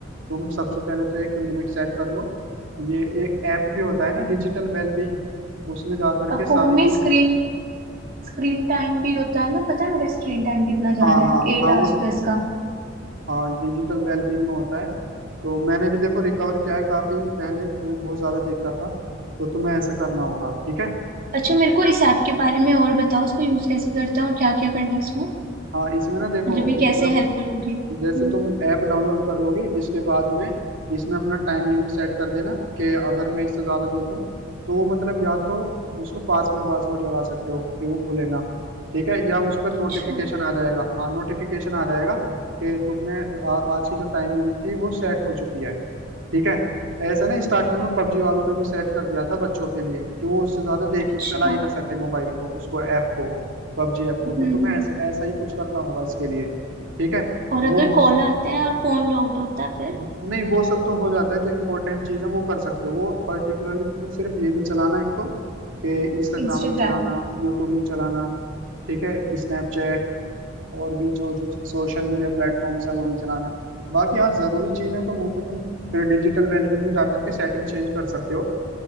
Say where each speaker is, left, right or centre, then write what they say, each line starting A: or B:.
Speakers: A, on the right; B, on the right.
A: तुम सबसे पहले तो एक लिमिट सेट कर लो ये एक ऐप भी होता है ना डिजिटल वेलबींग उसमें जा करके
B: अब
A: सारी
B: फोन में
A: चीज
B: स्क्रीन स्क्रीन टाइम भी होता है ना पता है मेरा स्क्रीन टाइम कितना जा
A: हाँ
B: रहा
A: हाँ
B: है एट
A: हाँ वो
B: आवर्स प्लस का
A: हाँ डिजिटल वेलबींग में होता है तो मैंने भी देखो रिकवर किया है काफी पहले मैं बहुत ज्यादा देखता था तो तुम्हें ऐसा करना होगा ठीक है
B: अच्छा मेरे को इस ऐप के बारे में और बताओ उसको यूज कैसे करते हैं और क्या क्या करना है इसमें
A: हाँ इसमें ना देखो
B: मतलब ये
A: मतलब
B: कैसे हेल्पफुल होगी
A: जैसे
B: हम्म,
A: तुम ऐप डाउनलोड कर लोगी इसके बाद में इसमें अपना टाइम लिमिट सेट कर देना कि अगर मैं इससे ज्यादा देखूं तो वो मतलब या तो उस पर पासवर्ड वासवर्ड लगा सकते हो कि वो खुले ना ठीक है या उस पर नोटिफिकेशन
B: अच्छा
A: आ जाएगा हाँ नोटिफिकेशन आ जाएगा कि तुमने आ, आज की जो टाइम लिमिट थी वो सेट हो चुकी है ठीक है ऐसे ना स्टार्टिंग में पबजी वालों ने भी सेट कर दिया था बच्चों के लिए कि वो उससे ज्यादा देख
B: अच्छा
A: ही चला ही ना सके मोबाइल को उसको ऐप को पबजी ऐप को
B: हम्म
A: तो तुम्हें
B: हम्म
A: ऐसा ऐसा ही कुछ करना होगा इसके लिए ठीक है
B: और अगर
A: वो बहुत
B: कॉल आते हैं और फोन लॉक्ड होता है फिर
A: नहीं वो सब तो हो जाता है जो इम्पोर्टेंट चीज है वो कर सकते हो वो पर्टिकुलरली तुम्हें सिर्फ ये नहीं चलाना एक तो कि इंस्टाग्राम
B: इंस्टाग्राम
A: नहीं चलाना यूट्यूब नहीं चलाना ठीक है स्नैपचैट और भी जो जो सोशल मीडिया प्लेटफॉर्म्स है वो नहीं चलाना बाकी हाँ जरूरी चीजें तो वो तो तुम फिर डिजिटल वेलबींग में जाकर के सेटिंग चेंज कर सकते हो